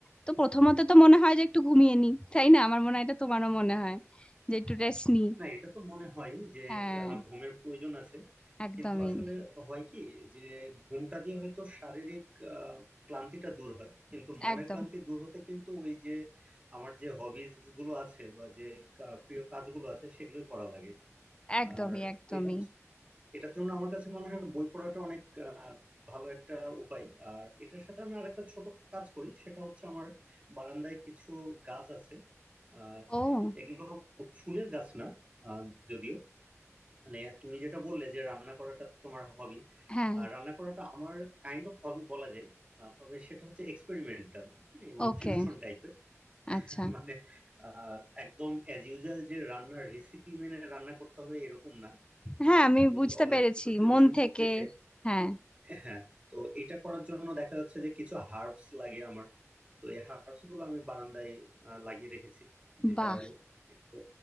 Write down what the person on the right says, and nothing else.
না এটা তো মনে হয় যে
আহ, ঘুমের প্রয়োজন আছে
কিন্তু আসলে হয় কি যে ঘুমটা দিয়ে হয়তো শারীরিক আহ, ক্লান্তিটা দূর হয় কিন্তু মনের
ক্লান্তি দূর হতে কিন্তু ওই যে আমার যে হবিজ গুলো আছে বা যে কা- প্রিয় কাজগুলো আছে সেগুলোই করা লাগে
আর
এটা এটার জন্য আমার কাছে মনে হয় বই পড়াটা অনেক আহ, ভালো একটা উপায় আর এটার সাথে আমি আরেকটা ছোট কাজ করি সেটা হচ্ছে আমার বারান্দায় কিছু গাছ আছে আহ,
এগুলো ফুলের গাছ না আহ, যদিও মানে তুমি যেটা বললে যে রান্না করাটা তোমার হবি
রান্না করাটা আমার কাইন্ড অফ হবি বলা যায় আহ, তবে সেটা হচ্ছে এক্সপেরিমেন্টাল এবং
ফিউশন টাইপের <laughs>
মানে আহ, একদম অ্যাজ ইউজুয়াল যে রান্নার রেসিপি মেনে রান্না করতে হবে এরকম না
আহ, মানে
আমি
অলওয়েজ
একটু ফিউশন
করতে চাই
হ্যাঁ তো এটা করার জন্য দেখা যাচ্ছে যে কিছু হার্বস লাগে আমার তো এই হার্বস গুলো আমি বারান্দায় আহ, লাগিয়ে রেখেছি যেটার
একটু